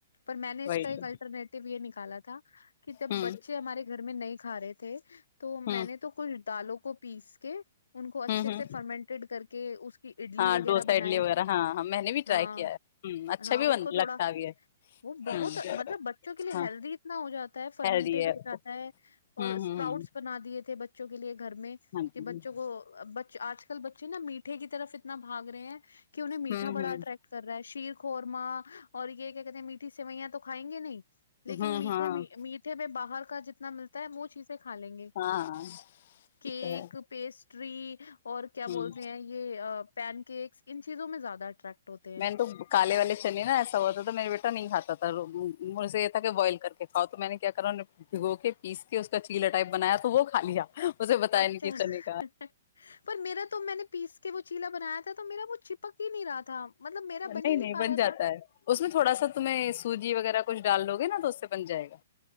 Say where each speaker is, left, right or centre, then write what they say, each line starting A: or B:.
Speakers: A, on the left (about 70°); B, on the left (about 55°).
A: پر میں نے اس
B: وہی
A: کا ایک
B: تو
A: الٹرنیٹو یہ نکالا تھا کہ جب
B: ہوں
A: بچے ہمارے گھر میں نہیں کھا رہے تھے کہ تو میں
B: ہوں
A: نے تو کچھ دالوں کو پیس کے ان کو اچھے
B: ہوں ہوں
A: سے فرمنٹیڈ کر کے کہ اس کی اڈلی
B: ہاں
A: وغیرہ
B: ڈوسا
A: بنائی
B: اڈلی وغیرہ ہاں ہاں میں نے بھی ٹرائی
A: ہاں
B: کیا ہے ہ اچھا
A: ہاں
B: بھی بن
A: اس کو تھوڑا
B: لگتا بھی ہے
A: وہ بہت
B: ہ
A: مطلب بچوں کے لیے
B: ہاں
A: ہیلدی اتنا ہو جاتا ہے فرمنٹیڈ
B: ہیلدی ہے ہوں
A: ہو جاتا ہے اور اسپراؤٹس
B: ہوں
A: بنا دیے تھے بچے چ کے لیے گھر میں
B: ہاں ہوں
A: کہ بچوں کو ب آج کل بچے ن میٹ کی طرف اتنا بھاگ رہے ہیں کہ انہیں میٹھا
B: ہوں
A: بڑا اٹریکٹ کر رہا ہے شیر خورما اور یہ کیا کہتے ہیں میٹھی سوئیاں تو کھائیں گے نہیں لیکن
B: ہوں
A: میٹھے
B: ہاں
A: میٹھے میں باہر کا جتنا ملتا ہے وہ چیزیں سے کھا لیں گے
B: ہاں
A: کیک
B: یہ تو ہے
A: پیسٹ ٹری <inaudible> اور کیا
B: ہوں
A: بولتے ہیں پین کے ان چیزوں میں زیادہ اٹریکٹ ہوتے ہیں
B: میں نے تو کالے والے چنی نا ایسا ہوتا تھا میرا بیٹا نہیں کھاتا تھا مجے یہ تھا کہ بوائل کر کے کھؤ تو میں نے کیا کرا بھگو کے پیس کے اس کا چیلا ٹائپ بنایا تو وہ کھا لیا اسے بتایا
A: اچھا
B: ن کی سنی کا
A: پر میرا تو میں نے پیس کے وہ چیلا بنایا تھا تو میرا وہ چپک ہی نہیں رہا تھا مطلب میرا
B: نہیں
A: ہی
B: نہیں
A: پا
B: بن
A: رہا
B: جاتا
A: تھا
B: ہے اس میں تھوڑا سا تمہیں سوجی وغیرہ کچھ ڈال لو گے نا تو اس سے بن جائے گا